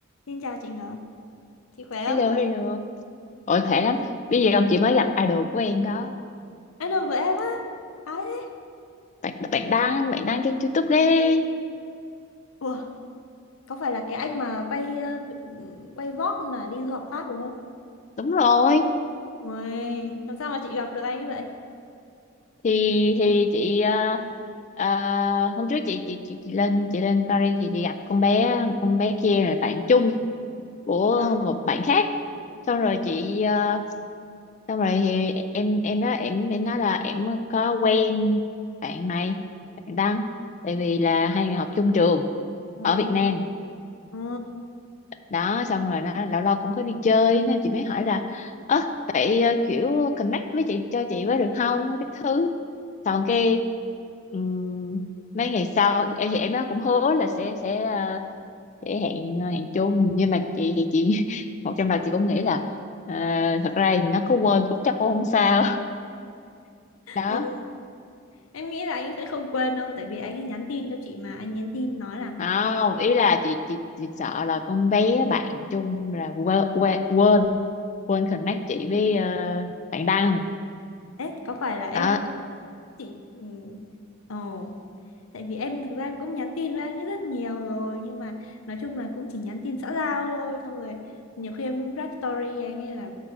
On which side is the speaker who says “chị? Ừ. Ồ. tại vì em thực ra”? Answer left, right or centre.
Left